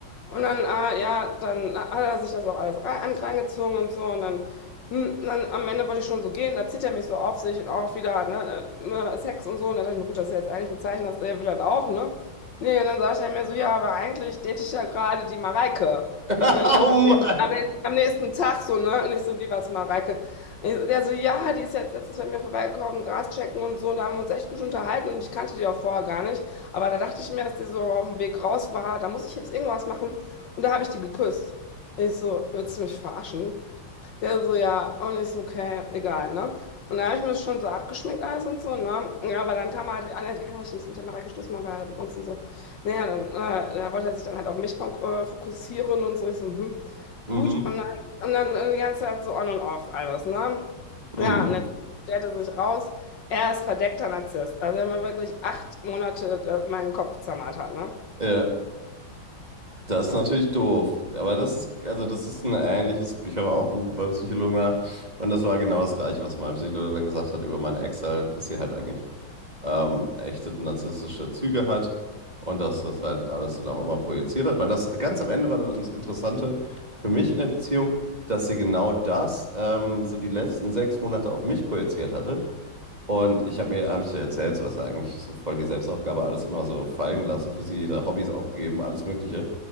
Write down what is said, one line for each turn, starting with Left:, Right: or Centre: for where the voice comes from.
Left: Und dann, äh, ja, dann hat er sich das auch alles rein, angezogen und so, und dann hm, und dann am Ende wollte ich schon so gehen, da zieht er mich so auf sich und auch wieder, ne, äh, Sex und so. Und da dachte ich mir, gut, das ist ja jetzt eigentlich ein Zeichen, dass er will das auch, ne? Nee, und dann sagte er mir so, ja, aber eigentlich date ich ja gerade die Mareike.
Right: <laughs>
Left: Und
Right: Oh
Left: also
Right: Mann!
Left: am nächsten, am nächsten Tag so, ne? Und ich so, wie was, Mareike? Ich, der so, ja, die ist jetzt letztens bei mir vorbeigekommen, Gras checken und so. Und da haben wir uns echt gut unterhalten und ich kannte die auch vorher gar nicht. Aber da dachte ich mir, dass die so auf dem Weg raus war, da muss ich jetzt irgendwas machen. Und da habe ich die geküsst. Ich so, willst du mich verarschen? Der so, ja, und ich so, okay, egal, ne? Und da habe ich mir das schon so abgeschminkt alles und so, ne? Ja, aber dann kam er halt wieder an, ja, ja, ich muss mit der Mareike Schluss machen, weil er mit uns und so. Naja, dann, äh, da wollte er sich dann halt auf mich fok- äh, fokussieren und so. Ich so, hm,
Right: Mhm,
Left: gut. Und dann, und dann äh, die ganze Zeit so on und off alles, ne?
Right: mhm.
Left: Ja, und jetzt stellt er sich raus, er ist verdeckter Narzisst. Also er hat mir wirklich acht Monate äh, meinen Kopf zermartert, ne?
Right: Ja, das ist natürlich doof. Aber das ist, also das ist ein ähnliches, ich habe auch einen- beim Psychologen nach. Und das war genau das Gleiche, was mein Psychologe dann gesagt hat über meine Ex halt, dass sie halt eigentlich ähm, echte narzisstische Züge hat und dass das halt alles dann auch immer projiziert hat. Weil das ganz am Ende war dann das Interessante für mich in der Beziehung, dass sie genau das ähm, so die letzten sechs Monate auf mich projiziert hatte. Und ich habe mir, habe ich dir erzählt, so was ja eigentlich so voll die Selbstaufgabe, alles immer so fallen lassen für sie, ihre Hobbys aufgegeben, alles Mögliche,